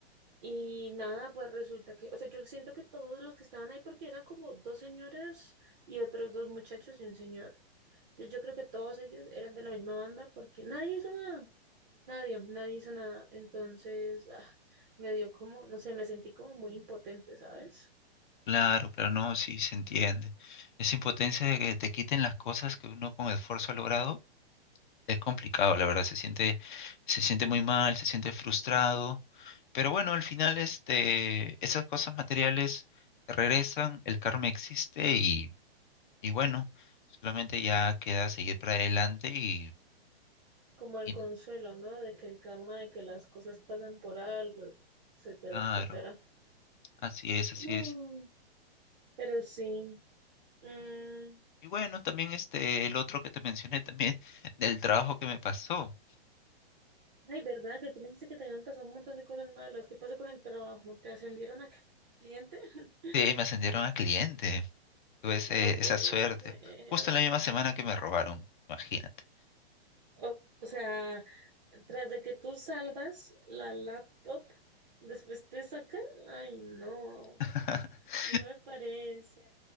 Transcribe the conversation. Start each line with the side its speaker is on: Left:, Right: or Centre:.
Right: Y nada, pues resulta que, o sea, yo siento que todos los que estaban ahí, porque eran como dos señoras y otros dos muchachos y un señor. Entonces yo creo que todos ellos eran de la misma banda porque nadie hizo nada, nadie, nadie hizo nada. Entonces ah, me dio como, no sé, me sentí como muy impotente, ¿sabes?
Left: Claro, claro, no, sí se entiende. Esa impotencia de que te quiten las cosas que uno con esfuerzo ha logrado es complicado, la verdad, se siente, se siente muy mal, se siente frustrado, pero bueno, al final este, esas cosas materiales regresan, el karma existe y, y bueno, solamente ya queda seguir para adelante y,
Right: Como el
Left: y
Right: consuelo, ¿no? De que el karma, de que las cosas pasan por algo, etcétera,
Left: claro,
Right: etcétera.
Left: así es, así
Right: Mm,
Left: es.
Right: Pero sí. mm,
Left: Y bueno, también este, el otro que te mencioné también <laughs> del trabajo que me pasó,
Right: Ay, ¿verdad? Que tú me dijiste que te habían pasado un montón de cosas malas. ¿Qué pasó con el trabajo? ¿Te ascendieron a cliente? <laughs>
Left: sí, me ascendieron a cliente. Tuve ese-
Right: No puede
Left: esa suerte.
Right: ser.
Left: Justo en la misma semana que me robaron, imagínate.
Right: O, o sea, tras de que tú salvas la laptop, después te sacan. Ay, no,
Left: <laughs>
Right: no me parece.